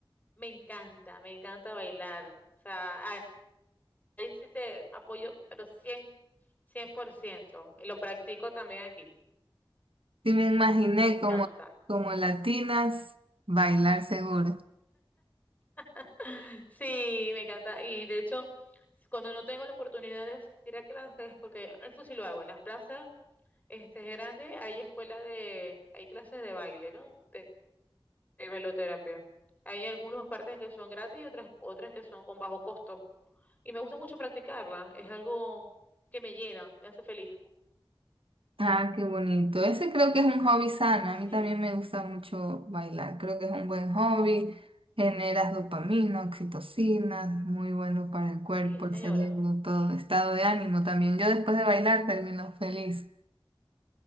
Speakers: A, on the left; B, on the right.
A: Me encanta, me encanta bailar. O sea, ahí sí te apoyo, pero cien cien por ciento Y lo practico también aquí.
B: sí me imaginé
A: Me encanta.
B: como, como latinas, bailar seguro.
A: <laughs> Sí, me encanta. Y de hecho, cuando no tengo la oportunidad de asistir a clases, porque eso sí lo hago, en las plazas este, grandes hay escuela de, hay clases de baile, ¿no? De, de bailoterapia. Hay algunas partes que son gratis y otras, otras que son con bajo costo. Y me gusta mucho practicarla. Es algo que me llena, me hace feliz.
B: Ah, qué bonito. Ese creo que es un hobby sano.
A: Sí,
B: A mí también me gusta mucho bailar. Creo que es un buen hobby. Generas dopamina, oxitocina, muy bueno para el cuerpo,
A: sí,
B: el
A: señora.
B: cerebro, todo. Estado de ánimo también. Yo después de bailar termino feliz.